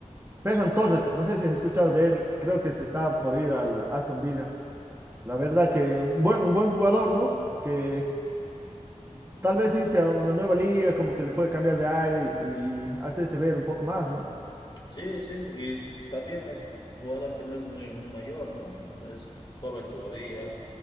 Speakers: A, on the right; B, on the left.
A: Ferran Torres, no sé si has escuchado de él, creo que se está por ir al Aston Villa. La verdad que un buen, un buen jugador, ¿no? Que tal vez irse a una nueva liga, como que le puede cambiar de aire y, y hacerse ver un poco más, ¿no?
B: Sí, sí, y también es un jugador que no es muy, muy mayor, ¿no? No Es joven todavía,